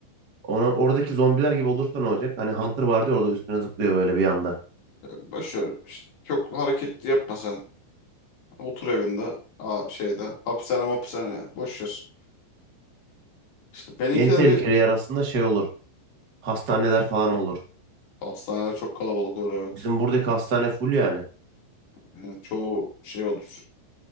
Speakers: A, on the right (about 30°); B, on the left (about 60°).
A: Ona, oradaki zombiler gibi olursa ne olacak? Hani Hunter vardı ya orada üstüne zıplıyor böyle bir anda.
B: E, Boş ver. İşte çok hareket yapma sen. Otur evinde. Aa, şeyde. Hapishane hapishane. Boş ver. İşte benimkiler
A: En tehlikeli
B: bir
A: yer aslında şey olur. Hastaneler falan olur.
B: hastaneler çok kalabalık olur evet.
A: Bizim buradaki hastane full yani.
B: Yani çoğu şey olur.